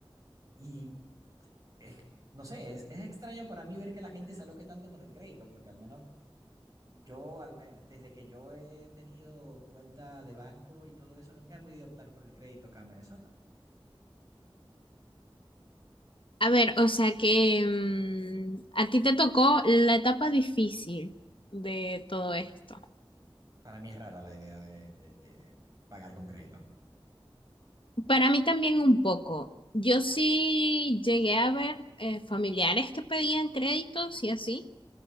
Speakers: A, on the right (about 35°); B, on the left (about 65°).
A: Y es- no sé, es, es extraño para mí ver que la gente se aloque tanto con el crédito, porque al menos yo, al me- desde que yo he tenido cuenta de banco y todo eso, nunca he podido optar por el crédito acá en Venezuela.
B: A ver, o sea que mm, a ti te tocó la etapa difícil de todo esto.
A: Para mí es rara la idea de, de- de pagar con crédito.
B: Para mí también un poco. Yo sí llegué a ver eh, familiares que pedían créditos y así,